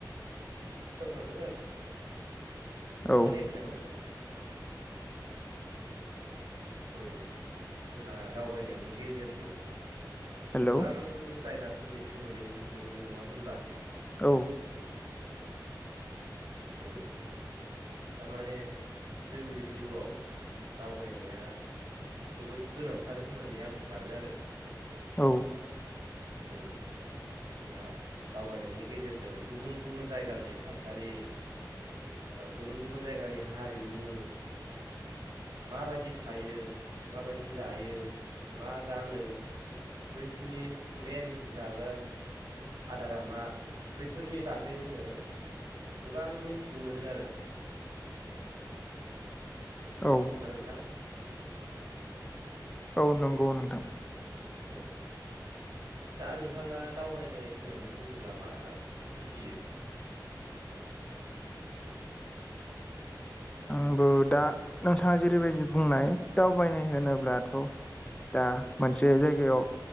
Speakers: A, on the right; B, on the left.
A: याव थांदों आरो
B: औ
A: खोनायाखै नामा नोंथाङा औ जोंहा दावबायनायनि गेजेरजों
B: हेलौ
A: गोबां जायगा फोरनि सोमोन्दै मिथिनो मोनो नङा होनबा
B: औ
A: औ तारमाने जोंनि जिउआव दावबायनाया जोबोद गोनांथार होननानै आं सानो आरो
B: औ
A: औ जोंहा दावबायनायनि गेजेरजों गुबुन गुबुन जायगानि थासारि ओ गुबुन गुबुन जायगानि हारिमु माबायदि थायो माबायदि जायो मा गानो बैसोरनि मेन जाग्रा आदारा मा बैफोरनि बागै जोङो गोबां मिथिनो मोनो आरो
B: औ
A: नंगौना नोंथां
B: औ नंगौ नोंथां
A: औ दा नोंथाङा दावबायनाय होननानै बुङोब्ला मा बुजियो
B: आंबो दा नोंथाङा जेरैबायदि बुंनाय दावबायनाय होनोब्लाथ' दा मोनसे जायगायाव